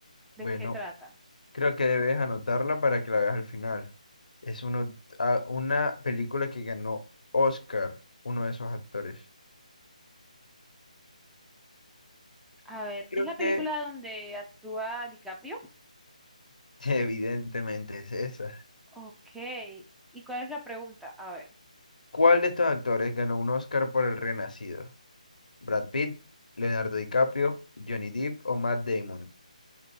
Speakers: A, in the centre; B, on the left (about 80°).
A: ¿De
B: Bueno,
A: qué trata?
B: Creo que debes anotarla para que la veas al final. Es uno- a- una película que ganó Oscar, uno de esos actores.
A: A ver,
B: Creo
A: ¿es la película
B: que
A: donde actúa DiCaprio?
B: <laughs> evidentemente es esa.
A: Ok, ¿y cuál es la pregunta? A ver,
B: ¿Cuál de estos actores ganó un Oscar por El Renacido? ¿Brad Pitt, Leonardo DiCaprio, Johnny Depp o Matt Damon?